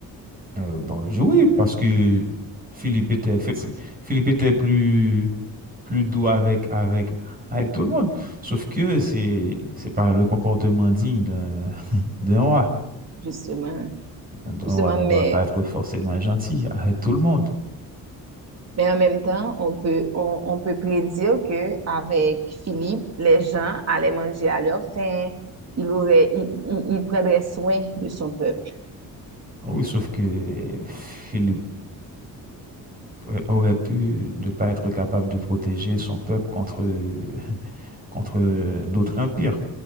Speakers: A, on the right; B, on the right.
A: Euh, bon, je- oui, parce que Philippe était, Fi- Fi- Philippe était plus, plus doux avec, avec, avec tout le monde. Sauf que c'est, c'est pas le comportement digne d'un, <laughs> d'un roi.
B: justement,
A: Un
B: justement,
A: roi ne
B: mais
A: doit pas être forcément gentil avec tout le monde.
B: mais en même temps, on peut on, on peut prédire que avec Philippe, les gens allaient manger à leur faim, il aurait il, il, il prendrait soin de son peuple.
A: Oui, sauf que Philippe euh, aurait pu ne pas être capable de protéger son peuple contre, <laughs> contre euh, d'autres empires,